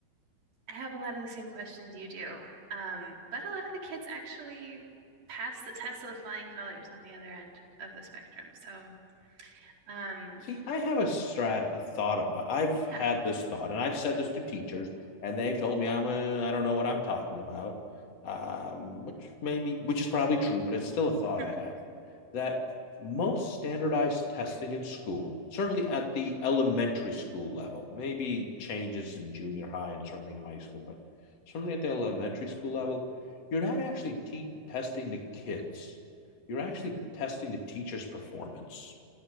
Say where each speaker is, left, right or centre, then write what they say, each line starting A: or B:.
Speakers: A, on the right; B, on the left.
A: I have a lot of the same questions you do, um, but a lot of the kids actually pass the test with flying colors on the other end of the spectrum. So, um,
B: See, I have a strat a thought about. I've
A: yeah,
B: had this thought, and I've said this to teachers, and they've told me I'm a I don't know what I'm talking about, um, which maybe which is probably true, but it's still a thought
A: <laughs>
B: I have that most standardized testing in school, certainly at the elementary school level, maybe changes in junior high and certainly in high school, but certainly at the elementary school level, you're not actually te- testing the kids. You're actually
A: mm-hmm,
B: testing the teacher's performance